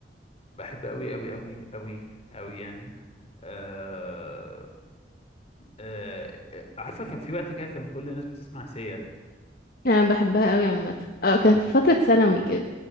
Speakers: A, on the left; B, on the left.
A: بحب قوي قوي قوي قوي قوي يعني آه آه آه، عارفه كان في وقت كده كان كل الناس بتسمع سيا
B: انا بحبها قوي عامة اه كان في فترة ثانوي كده